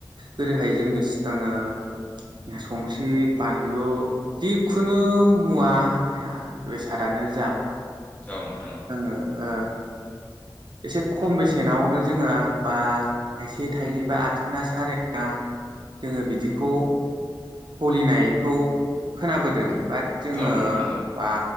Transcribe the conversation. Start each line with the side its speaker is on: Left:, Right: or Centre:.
Right: गोदोहाय जोङो सिगाङो संख्रि बानलु जिखुनु मुवा या बेसादानो जा आ
Left: औ नोंथां औ
Right: ओ एसे खम बेसेनावनो जोङा बा थाइसे थाइनै
Left: उम
Right: बा आथोना सारे ना जोङो बिदिखौ सलिनायखौ खोनाबोदों
Left: उम
Right: बाट जोङो
Left: औ नोंथां औ
Right: बा